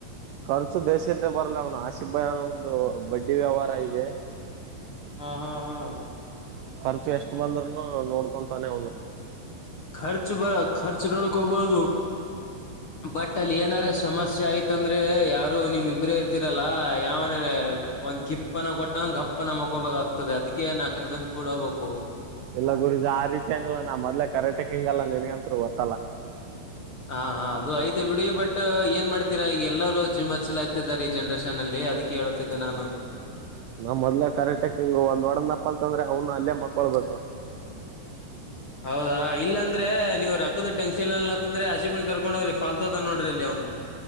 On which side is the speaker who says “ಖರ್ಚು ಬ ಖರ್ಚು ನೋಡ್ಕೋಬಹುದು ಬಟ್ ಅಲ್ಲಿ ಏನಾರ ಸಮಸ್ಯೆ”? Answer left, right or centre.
Left